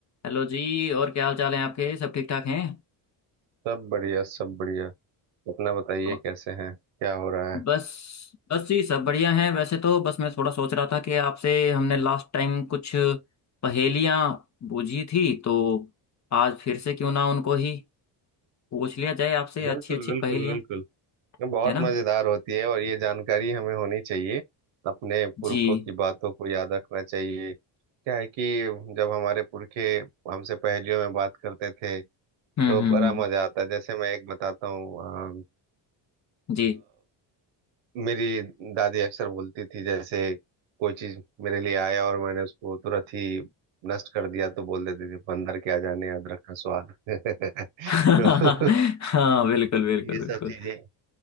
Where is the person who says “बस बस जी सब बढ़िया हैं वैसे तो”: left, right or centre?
Left